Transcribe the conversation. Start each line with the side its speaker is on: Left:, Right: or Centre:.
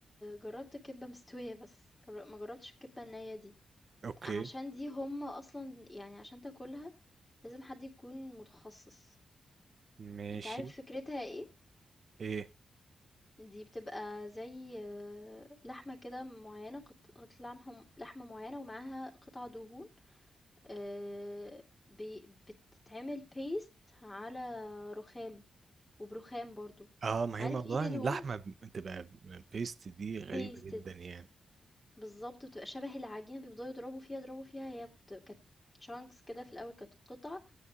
Left: جرّبت الكِبّة مستوية بس، جر ما جرّبتش الكِبّة النيّة دي،
Right: اوكي
Left: عشان دي هُم أصلًا يعني عشان تاكلها لازم حد يكون متخصص،
Right: ماشي
Left: أنت عارف فكرتها إيه؟
Right: ايه
Left: دي بتبقى زي آه، لحمة كده معيّنة قط قطعة لحمة لحمة معيّنة ومعاها قطع دهون آه، بي- بتتعمل بيست على رخام وبرخام برضو
Right: اه ما هي
Left: عارف
Right: موضوع
Left: ايد الهون
Right: ان اللحمه ب- بتبقى بيست دي غريبه
Left: بيستد
Right: جدا يعني
Left: بالظبط بتبقى شبه العجينة بيفضلوا يضربوا فيها يضربوا فيها هي بت- كانت شانكس كده في الأول كانت قطع